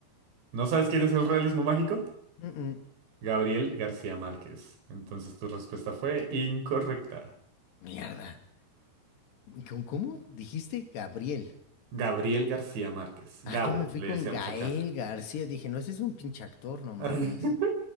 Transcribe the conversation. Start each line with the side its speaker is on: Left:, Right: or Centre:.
Right: ¿No sabes quién es el realismo mágico?
Left: Mm, mm.
Right: Gabriel García Márquez. Entonces tu respuesta fue incorrecta.
Left: Mierda. ¿Con cómo dijiste Gabriel?
Right: Gabriel García Márquez. Gabo,
Left: Ah, yo me fui
Right: le
Left: con
Right: decíamos
Left: Gael
Right: acá.
Left: García. Dije, no, ese es un pinche actor, no mames.
Right: <laughs>